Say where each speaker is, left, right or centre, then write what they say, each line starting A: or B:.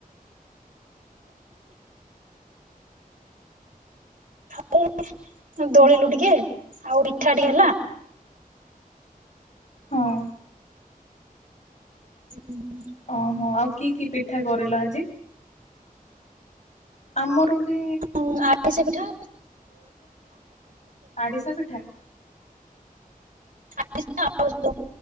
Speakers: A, on the right (about 65°); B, on the left (about 50°).
A: ହଁ ଦୋଳିଲୁ ଟିକେ ଆଉ ପିଠା ଟିକେ ହେଲା।
B: ହଁ।
A: ହୁଁ ହୁଁ ଉଁ।
B: ଓହୋ ଆଉ କି କି ପିଠା କରିଲ ଆଜି। ଆମୁ ରୁ ବି
A: ହୁଁ ଆରିଶା ପିଠା।
B: ଆଡ଼ିଶା ପିଠା
A: <unintelligible>